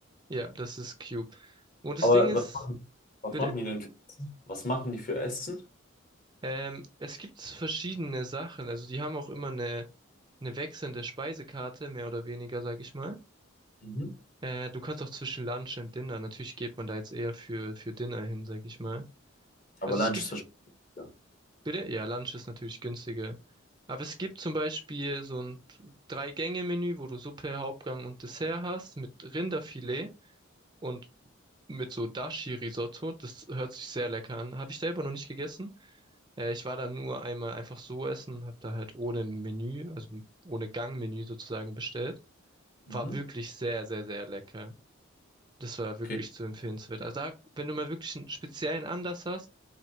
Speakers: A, on the right; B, on the left.
A: Ja, das ist Cube. Und das
B: Aber
A: Ding ist,
B: was, machen- was
A: bitte?
B: machen die denn? Was machen die für Essen?
A: Ähm, es gibt verschiedene Sachen. Also die haben auch immer eine, eine wechselnde Speisekarte, mehr oder weniger, sag ich mal.
B: Mhm.
A: Äh, du kannst auch zwischen Lunch und Dinner. Natürlich geht man da jetzt eher für, für Dinner hin, sag ich mal.
B: Aber
A: Also
B: Lunch
A: es gibt
B: ist wahrscheinlich. ja.
A: Bitte? Ja, Lunch ist natürlich günstiger. Aber es gibt zum Beispiel so ein Drei-Gänge-Menü, wo du Suppe, Hauptgang und Dessert hast mit Rinderfilet und mit so Dashi-Risotto. Das hört sich sehr lecker an. Habe ich selber noch nicht gegessen. Äh, ich war da nur einmal einfach so essen, habe da halt ohne Menü, also ohne Gangmenü sozusagen bestellt.
B: Mhm.
A: War wirklich sehr, sehr, sehr lecker. Das war wirklich
B: Okay.
A: zu empfehlenswert. Also da, wenn du mal wirklich einen speziellen Anlass hast